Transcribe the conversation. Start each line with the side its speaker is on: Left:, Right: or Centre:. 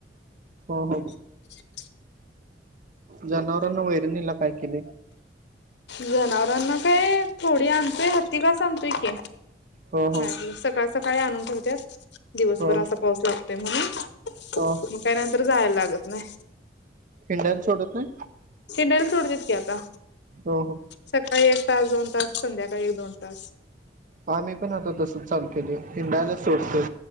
Right: हो हो.
Left: <inaudible>
Right: जनावरांना वैरणीला काय केले?
Left: जनावरांना काय थोडी आणतोय, हत्तीकास आणतोय की
Right: हो हो
Left: मळ्यातल स सकाळ सकाळी आणून ठेवत्यात दिवसभर
Right: हो
Left: असा पाऊस लागतोय म्हणून.
Right: हो
Left: त्या नंतर जायला लागत नाही.
Right: हिंडायला सोडत नाही.
Left: हिंडायला सोडत्यात की आता.
Right: हो हो
Left: सकाळी एक तास दोन तास संध्याकाळी एक दोन तास
Right: आम्ही पण आता तसंच चालू केलोय हिंडायलाच सोडतोय.